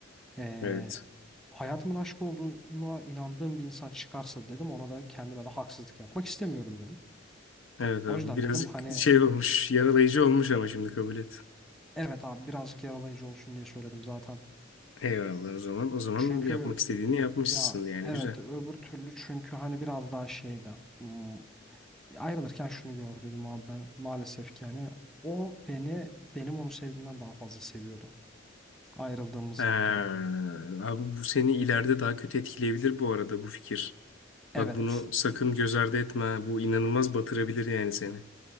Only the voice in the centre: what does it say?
Ee,
hayatımın aşk olduğuna inandığım bir insan çıkarsa dedim ona da kendime de haksızlık yapmak istemiyorum dedim.
O yüzden
dedim hani
evet abi birazcık yaralayıcı olsun diye söyledim zaten.
Çünkü
ya
evet
öbür türlü çünkü hani biraz daha şeydi. Hmm, ayrılırken şunu gördüydüm abi ben maalesef ki yani o beni benim onu sevdiğimden daha fazla seviyordu ayrıldığımız
noktada.
Evet.